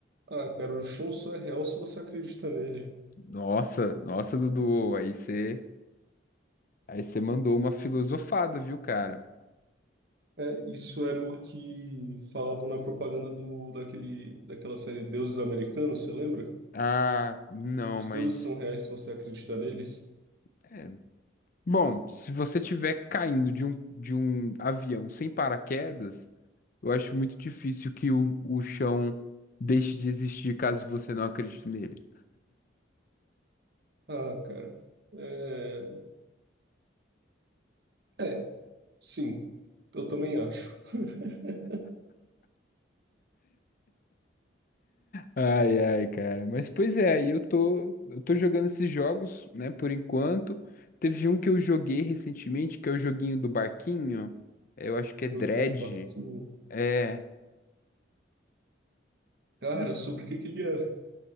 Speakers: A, on the right (about 55°); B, on the left (about 45°).
A: Ah, cara, o chão só é real se você acredita nele.
B: Nossa, nossa, Dudu, aí você, aí você mandou uma filosofada, viu, cara?
A: É, isso era o que falavam na propaganda do, daquele, daquela série Deuses Americanos, você lembra?
B: Ah, não,
A: Os
B: mas
A: deuses são reais se você acredita neles?
B: é. Bom, se você tiver caindo de um, de um avião sem paraquedas, eu acho muito difícil que o, o chão deixe de existir caso você não acredite nele.
A: Ah, cara. É, é, sim, eu também acho. <laughs>
B: Ai, ai, cara. Mas pois é, aí eu tô, eu tô jogando esses jogos, né, por enquanto. Teve um que eu joguei recentemente, que é o joguinho do barquinho. Eu acho que é Dredge.
A: Joguinho do barquinho.
B: É,
A: Cara,
B: muito,
A: sobre o que que ele é?